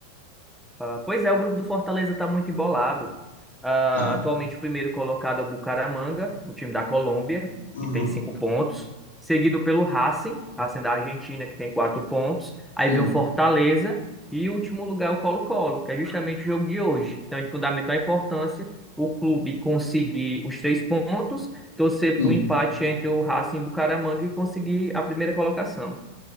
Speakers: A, in the centre; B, on the left.
A: Ah, pois é, o grupo do Fortaleza está muito embolado. Ah,
B: Tá.
A: atualmente o primeiro colocado é o Bucaramanga, o time da Colômbia,
B: Aham.
A: que tem cinco pontos, seguido pelo Racing, Racing da Argentina, que tem quatro pontos. Aí
B: Sim,
A: vem o Fortaleza e o último lugar é o Colo-Colo, que é justamente o jogo de hoje. Então, de fundamental importância o clube conseguir os três pontos, torcer
B: sim.
A: para o empate entre o Racing e o Bucaramanga e conseguir a primeira colocação.